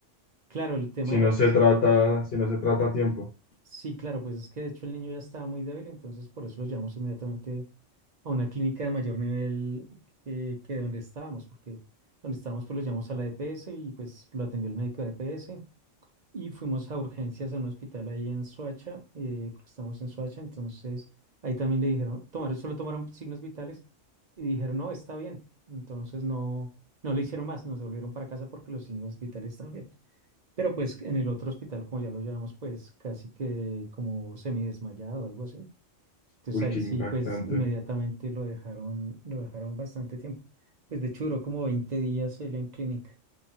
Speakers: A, on the right; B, on the left.
A: Claro, el tema
B: Si
A: era
B: no
A: que
B: se
A: se-
B: trata, si no se trata a tiempo.
A: Sí, claro, pues es que de hecho el niño ya estaba muy débil, entonces por eso lo llevamos inmediatamente a una clínica de mayor nivel eh, que donde estábamos, porque donde estábamos pues lo llevamos a la EPS y pues lo atendió el médico de EPS y fuimos a urgencias a un hospital ahí en Soacha, eh, porque estábamos en Soacha, entonces ahí también le dijeron, tomaron, solo tomaron signos vitales y dijeron, no, está bien, entonces no, no le hicieron más, nos devolvieron para casa porque los signos vitales están bien. Pero pues en el otro hospital, como ya lo llevamos, pues casi que como semidesmayado o algo así. Entonces
B: Uy,
A: ahí
B: qué
A: sí,
B: impactante.
A: pues inmediatamente lo dejaron, lo dejaron bastante tiempo. Pues de hecho duró como 20 días él en clínica.